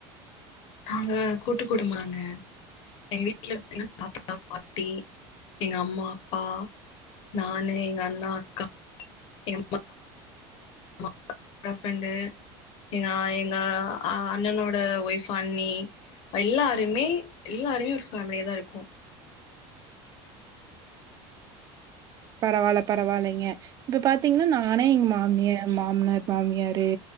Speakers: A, on the left; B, on the right.
A: நாங்க கூட்டு குடும்பங்க எங்க வீட்ல பாத்தீங்கன்னா தாத்தா பாட்டி <unintelligible> ட்டி எங்க அம்மா அப்பா நானு எங்க அண்ணா அக்கா எங்க மா <inaudible> ஹஸ்பண்டு எங்க ஆ எங்க அண்ணனோட ஒய்ஃப் அண்ணி எல்லாருமே எல்லாருமே ஒரு ஃபேம்லியா தா இருப்போ
B: பரவால்ல பரவால்லைங்க இப்ப பாத்தீங்கன்னா நானே எங்க மாமியா மாமனார் மாமியாரு